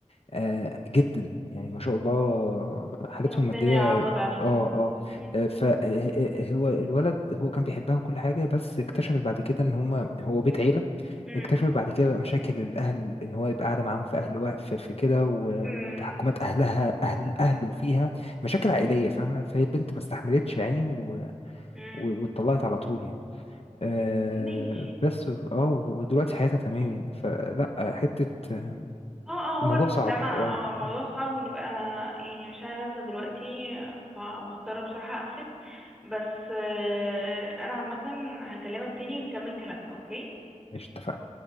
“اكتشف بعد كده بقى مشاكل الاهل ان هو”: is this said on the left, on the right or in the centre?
Left